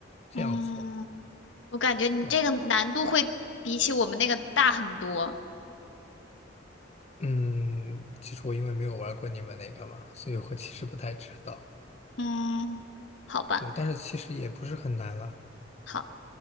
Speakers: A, on the left (about 35°); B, on the left (about 85°).
A: 这样子的。
B: 嗯，我感觉你这个难度会比起我们那个大很多。
A: 对，嗯，其实我因为没有玩过你们那个嘛，所以我其实不太知道。
B: 嗯，好吧，
A: 对，但是其实也不是很难了。
B: 好，